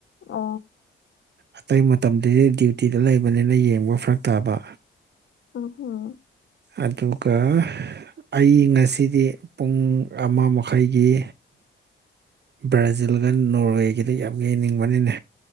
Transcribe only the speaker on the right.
ꯑꯇꯩ ꯃꯇꯝꯗꯗꯤ ꯗ꯭ꯌꯨꯇꯤꯗ ꯂꯩꯕꯅꯤꯅ ꯌꯦꯡꯕ ꯐꯔꯛ ꯇꯥꯕ
ꯑꯗꯨꯒ ꯑꯩ ꯉꯁꯤꯗꯤ ꯄꯨꯡ ꯑꯃ ꯃꯈꯥꯏꯒꯤ ꯕ꯭ꯔꯖꯤꯜꯒ ꯅꯣꯔꯋꯦꯒꯤꯗ ꯌꯥꯝ ꯌꯦꯡꯅꯤꯡꯕꯅꯤꯅꯦ